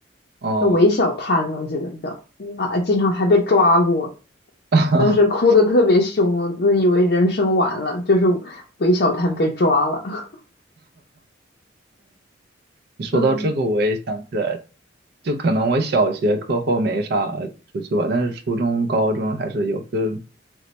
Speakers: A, on the right; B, on the left.
A: 哦，
B: 叫韦小摊，我记得叫啊，经常还被抓过，
A: <laughs>
B: 当时哭的特别凶，我自以为人生完了，就是韦小摊被抓了，<laughs>
A: 你说到这个，
B: 嗯
A: 我也想起来，就可能我小学课后没啥出去玩，但是初中、高中还是有，就是